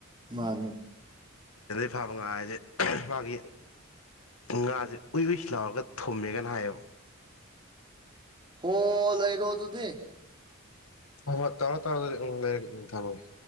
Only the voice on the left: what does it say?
ꯁꯥꯥꯕ ꯉꯥ ꯍꯥꯏꯁꯦ ꯃꯥꯒꯤ ꯉꯥꯁꯦ ꯎꯏ ꯎꯏꯁꯤ ꯂꯥꯎꯔꯒ ꯊꯨꯝꯃꯦꯒꯅ ꯍꯥꯏꯌꯦꯕ
ꯍꯣ ꯍꯣ ꯇꯧꯔꯣ ꯇꯧꯔꯣ ꯑꯗꯨꯗꯤ ꯎꯝ ꯊꯝꯃꯒꯦ